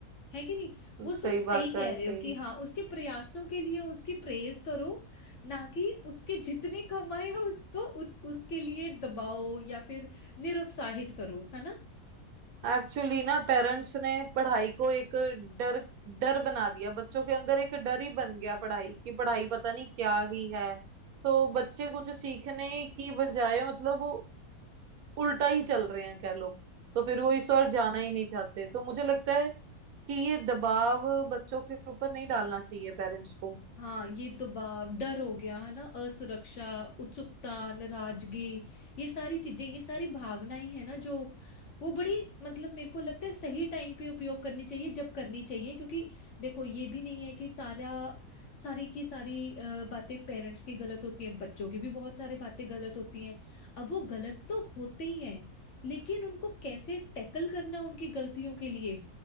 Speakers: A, on the left (about 55°); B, on the right (about 70°).
A: है कि नहीं वो
B: सही
A: तुम सही
B: बात
A: कह
B: है
A: रहे
B: सही
A: हो कि हाँ उसके प्रयासों के लिए उसकी प्रेज करो ना कि उसके जितने कम आए हैं उसको उत- उसके लिए दबाओ या फिर निरुत्साहित करो है ना।
B: एक्चुअली ना पेरेंट्स ने पढ़ाई को एक डर डर बना दिया बच्चों के अंदर एक डर ही बन गया पढ़ाई की पढ़ाई पता नहीं क्या ही है तो बच्चे कुछ सीखने की बजाय मतलब उल्टा ही चल रहे हैं कह लो तो फिर वो इस ओर जाना ही नहीं चाहते तो मुझे लगता है कि ये दबाव बच्चों के ऊपर नहीं डालना चाहिए पेरेंट्स को
A: हाँ ये दबाव डर हो गया है ना असुरक्षा उत्सुकता नाराजगी ये सारी चीजें ये सारी भावनाएं है ना जो वो बड़ी मतलब मेरे को लगता है सही टाइम पे उपयोग करनी चाहिए जब करनी चाहिए क्योंकि देखो ये भी नहीं है कि सारा सारी की सारी अ, बातें पेरेंट्स की गलत होती हैं बच्चों की भी बहुत सारी बातें गलत होती हैं अब वो गलत तो होते ही हैं लेकिन उनको कैसे टैकल करना उनकी गलतियों के लिए